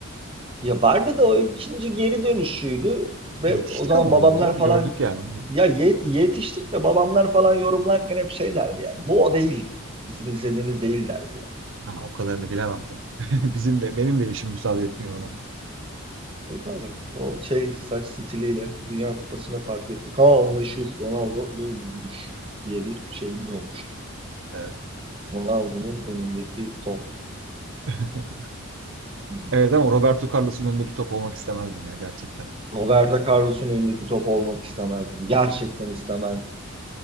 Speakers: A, on the right; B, on the right.
A: Ya vardı da o ikinci geri dönüşüydü ve
B: Yetiştik
A: o zaman
B: ama onları
A: babamlar
B: canım.
A: falan
B: Gördük yani onları.
A: ya ye- yetiştik de babamlar falan yorumlarken hep şey derdi yani. Bu o değil. Bizim izlediğimiz değil derdi yani.
B: Ha, o kadarını bilemem tabii. <laughs> Bizim de benim de işim müsaade etmiyor ona.
A: E tabii. O şey saç stiliyle Dünya Kupası'nda fark ettik. Ha o meşhur Ronaldo buymuş diye bir şeyimiz olmuştu.
B: Evet.
A: Ronaldo'nun önündeki top.
B: <laughs>
A: Hı
B: Evet ama Roberto Carlos'un önündeki top olmak istemezdim ya gerçekten.
A: Roberto Carlos'un önündeki top olmak istemezdim. Gerçekten istemezdim.